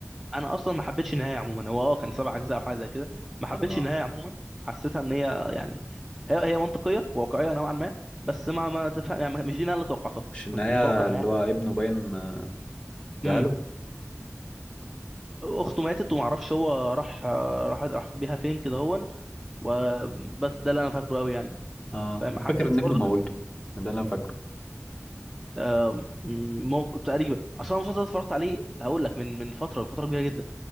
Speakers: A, in the centre; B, on the left.
A: انا اصلا ما حبيتش النهايه عموما هو اه كان سبع اجزاء او حاجه زي كده ما حبيتش
B: اه
A: النهايه عموما حسيتها ان هي آه، يعني هي هي منطقيه واقعيه نوعا ما بس ما ما تفهم يعني مش دي النهايه اللي توقعتها
B: مش النهايه
A: كنت متوقع
B: اللي
A: انها تبقى
B: هو ابنه باين دهله
A: امم اخته ماتت وما اعرفش هو راح آه، راح راح بيها فين كده هون وبس ده اللي انا فاكره قوي يعني
B: اه
A: فما حسيتش
B: فاكر ان ابنه
A: برضك
B: موته
A: ان هي-
B: ده اللي انا فاكره
A: آم، مم- تقريبا اصلا المسلسل ده اتفرجت عليه هقول لك من من فتره من فتره كبيره جدا